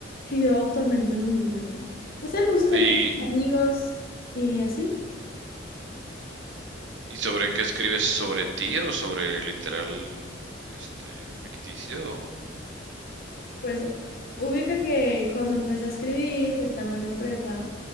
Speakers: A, on the left; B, on the right.
A: Y yo autoanalizando mi vida, ¿no? No sé, me gusta salir
B: ¿Y,
A: con amigos y así.
B: y sobre qué escribes? ¿Sobre ti o sobre literal este ficticio?
A: Pues ubica que cuando empecé a escribir estaba en la prepa